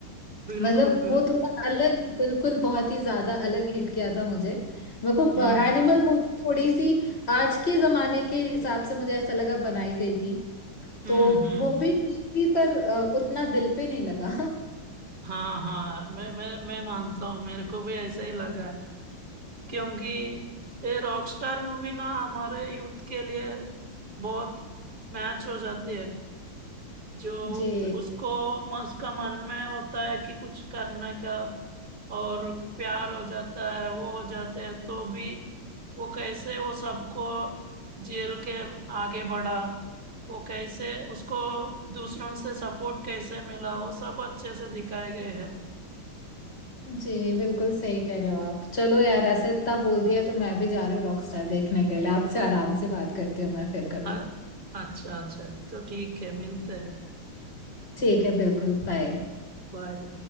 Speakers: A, on the right; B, on the left.
A: बिल्कुल
B: मतलब
A: बिल्कुल
B: वो थोड़ा अलग बिल्कुल बहुत ही ज्यादा अलग हिट किया था मुझे मेरे को
A: हम्म
B: एनिमल मूवी थोड़ी सी आज के जमाने के हिसाब से मुझे ऐसा लगा बनाई गई थी
A: हम्म
B: तो
A: हम्म
B: वो भी ठीक थी पर अ, उतना दिल पे नहीं लगा
A: हाँ हाँ मैं मैं मैं मानता हूँ मेरे को भी ऐसा ही लगा है क्योंकि ये रॉकस्टार मूवी ना हमारे यूथ के लिए बहुत मैच हो जाती है जो
B: <laughs> जी
A: उत- उसको म- उसका मन में होता है कि कुछ करने का और प्यार हो जाता है वो हो जाते हैं तो भी वो कैसे वो सबको जेल के आगे बढ़ा वो कैसे उसको दूसरों से सपोर्ट कैसे मिला वो सब अच्छे से दिखाए गए हैं
B: जी बिल्कुल सही कह रहे हो आप चलो यार ऐसे इतना बोल दिया तो मैं भी जा रही हूँ रॉकस्टार देखने के लिए आपसे आराम से बात करती हूँ मैं फिर कभी
A: अ- अच्छा अच्छा तो ठीक है मिलते हैं
B: ठीक है बिल्कुल बाय
A: बाय